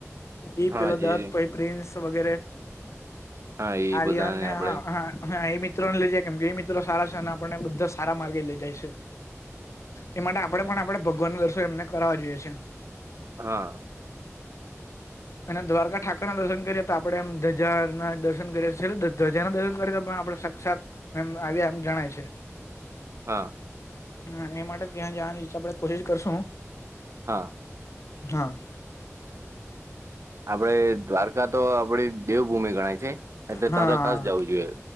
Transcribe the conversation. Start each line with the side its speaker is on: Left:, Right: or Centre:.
Left: દીપ
Right: હા
Left: પેલ
Right: જે
Left: દત પિન્સ વગેરે
Right: હા એ
Left: આર્યનને
Right: બધાને આપણે
Left: હ હ હ એ મિત્રો ને લઈ જાય કેમ કે એ મિત્રો સારા છે, અને આપડને બધા સારા માર્ગે લઈ જાય છે. એ માટે આપડે પણ આપણે ભગવાનનું દર્શન એમને કરવો જોઈએ છે.
Right: હા
Left: અને દ્વારકા ઠાકોર ઘણાં દર્શન કર્યે તો આપણે એમ ધજા દર્શન કરીએ છીએ ધજા દર્શન કરીએ તો પણ આપણે સાક્ષાત એમ આવ્યા આમ જણાય છે.
Right: હા
Left: હા એ માટે ત્યાં જવાની ઈચ્છા આપડે કોશિશ કરશું
Right: હા
Left: હા
Right: આપડે દ્વારકા તો આપડી દેવભૂમિ ગણાય છે. એટલે
Left: હા.
Right: ત્યાં તો ખાસ જવું જોઈએ